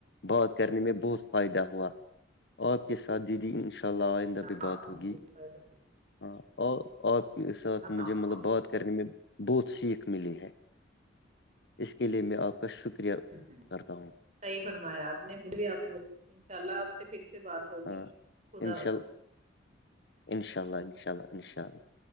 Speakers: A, on the left; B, on the right.
A: بات کرنے میں بہت فائدہ ہوا آپ کے ساتھ دیدی ان شاء اللہ آئے
B: ہاں
A: بھی بہت ہوگی
B: مجھے فائدہ،
A: ہاں اور اور ساتھ
B: ہاں
A: <unintelligible> مطلب
B: ہاں،
A: بات کرنے میں بہت سیکھ ملی ہے اس کے لیے میں آپ کو <unintelligible> کا شکریہ
B: ہوں،
A: کرتا ہوں <unintelligible>
B: صحیح فرمایا آپ نے مجھ بھی آپ سے ب ان شاء اللہ آپ سے پھر سے بات ہوگی
A: ہاں
B: خدا
A: انشاء
B: حافظ
A: اللہ انشاء اللہ انشاء اللہ انشاء اللہ <unintelligible>